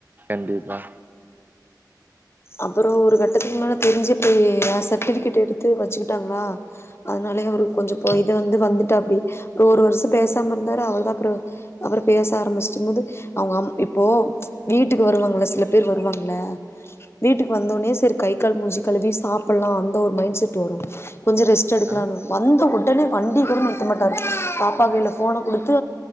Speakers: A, on the right; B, on the left.
A: கண்டிப்பா
B: அப்பறோ ஒரு கட்டத்துக்கு மேல தெரிஞ்சிட்டு ஏ சர்ட்டிபிகேட் எடுத்து வச்சுக்கிட்டாங்களா அதனாலயே அவரு கொஞ்சோ இத வந்து வந்துட்டாப்டி அப்றோ ஒரு வருஷ பேசாம இருந்தாரு அவருதா அப்புற அப்றோ பேச ஆரம்பிச்சிட்டம் போது அவங்க அம் இப்போ ச்சு வீட்டுக்கு வருவாங்கள சில பேர் வருவாங்கல்ல வீட்டுக்கு வந்தோட்னே செரி கை கால் மூஞ்சி கழுவி சாப்பிட்லா அந்த ஒரு மைண்ட் செட் வரும் கொஞ்சோ
A: ஆமாக்கா
B: ரெஸ்ட் எடுக்கலான்னு வந்த ஒட ஒடனே வண்டிகூட நிருத்த மாட்டாரு பாப்பா
A: ம்
B: கையில ஃபோன குடுத்து